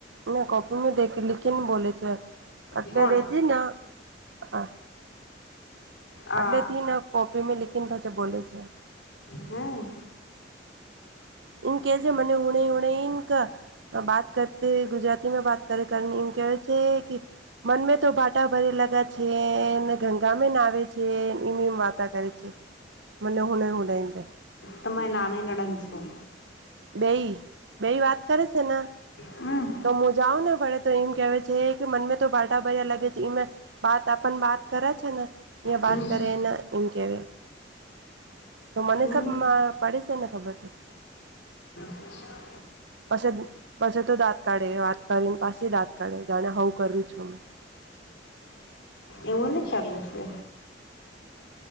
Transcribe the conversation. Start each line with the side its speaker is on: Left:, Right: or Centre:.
Right: ના કપી મે દ લખીને બોલે છે. અટલે
Left: કોણ
Right: ર છે ના હ
Left: આ
Right: અટલેથી ના કોપીમાં લકન ભાજા બોલે છે.
Left: હમ
Right: ન કે જે મને હણે હોણે ન બાત કરતી ગુજરાતી મે બાત કરે કર. કે છે કે મનમે તો બાટા ભરે લગા છે ને ગંગામે ના આવે છે. એમી માતા કર છે મને હુન <unintelligible>
Left: તમારી નાની નળન શું
Right: બેઈ બેઈ વાત કરે છે ને
Left: હમ
Right: તો મુ જાવુ ને ભાડે તો એમ કેવા છે કે મનમે તો બારટા ભર્યા લાગે છે એ વાત આપ બાત કરે છે ને ને બાત
Left: હમ
Right: કરેને એમ કેવાય તો મને
Left: હમ
Right: સાબ પડી છે ને ખબર છે.
Left: અચ્છા
Right: પછ પછ તો દાંત કાઢે વાત કરીને પાસે દાંત કાઢે જાણે હું કરું છું અમે
Left: એવું નહી ચાલુ છે.